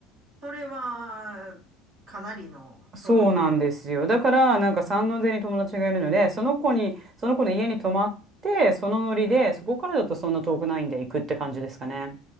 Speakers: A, on the right; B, on the right.
A: それは、かなりの遠いことですね。
B: そうなんですよ。だから、なんか山王寺に友達がいるので、その子に、その子の家に泊まって、そのノリで、
A: うん。
B: そこからだとそんな遠くないんで行くって感じですかね。